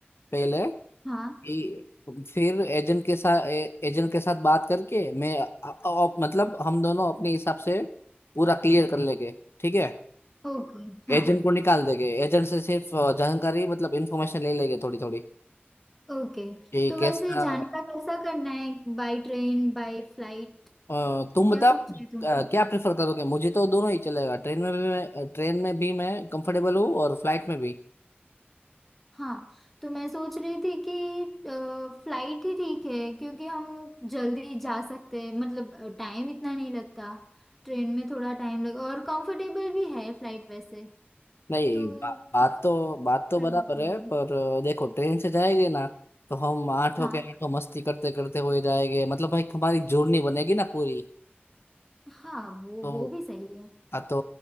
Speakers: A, on the left; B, in the centre.
A: पहले
B: हाँ
A: ये- फिर एजेंट के साथ एजेंट के साथ बात करके मैं अ- अ- मतलब हम दोनों अपने हिसाब से पूरा क्लियर कर लेंगे ठीक है
B: ओके हाँ
A: एजेंट को निकाल देंगे एजेंट से सिर्फ अ, जानकारी मतलब इंफॉर्मेशन ले लेंगे थोड़ी थोड़ी
B: ओके
A: ये
B: तो
A: कैसा
B: वैसे जाने का कैसा करना है By train by flight
A: अ, तुम
B: क्या
A: बताओ
B: सोच रहे थे
A: अ,
B: तुम
A: क्या प्रेफर करोगे मुझे तो दोनों ही चलेगा ट्रेन में भी मैं ट्रेन में भी मैं कंफर्टेबल हूँ और फ्लाइट में भी
B: हाँ तो मैं सोच रही थी कि फ्लाइट ही ठीक है क्योंकि हम जल्दी जा सकते हैं मतलब टाइम इतना नहीं लगता ट्रेन में थोड़ा टाइम लगे और कंफर्टेबल भी है फ्लाइट वैसे
A: नहीं
B: तो
A: बा, बात
B: फ्लाइट
A: तो बात तो
B: पर
A: बराबर
B: करते हैं
A: है पर अ, देखो ट्रेन से जाएंगे ना तो हम आठ होके
B: हाँ
A: आठों मस्ती करते करते हुए जाएंगे मतलब भाई हमारी जर्नी बनेगी ना पूरी
B: हाँ वो
A: तो
B: वो भी सही है
A: हाँ तो